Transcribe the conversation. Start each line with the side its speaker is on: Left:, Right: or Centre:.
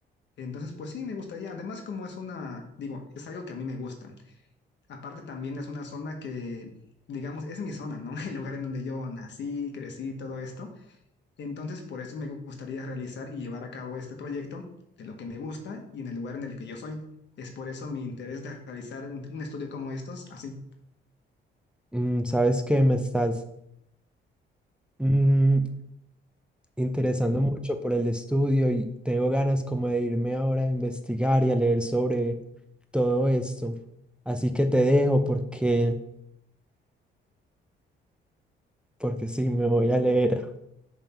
Left: Entonces, pues sí, me gustaría, además como es una, digo, es algo que a mí me gusta. Aparte también es una zona que, digamos, es mi zona, ¿no? <laughs> El lugar en donde yo nací, crecí, todo esto. Entonces, por eso me gustaría realizar y llevar a cabo este proyecto de lo que me gusta y en el lugar en el que yo soy. Es por eso mi interés de realizar un, un estudio como estos, así.
Centre: Mm, ¿sabes qué me estás mm, interesando mucho por el estudio y tengo ganas como de irme ahora a investigar y a leer sobre todo esto. Así que te dejo porque, porque sí, me voy a leer.